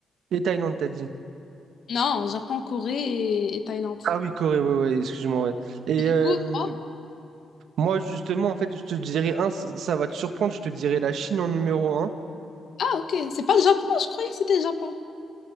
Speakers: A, on the right; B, on the left.
A: et Thaïlande, t'as dit.
B: Non, Japon, Corée et, et Thaïlande.
A: Ah oui, Corée, ouais, ouais, excuse-moi, ouais. Et
B: Et du
A: euh,
B: coup, toi?
A: moi, justement, en fait, je te dirais, un, c- ça va te surprendre, je te dirais la Chine en numéro un.
B: Ah, ok. C'est pas le Japon, je croyais que c'était le Japon.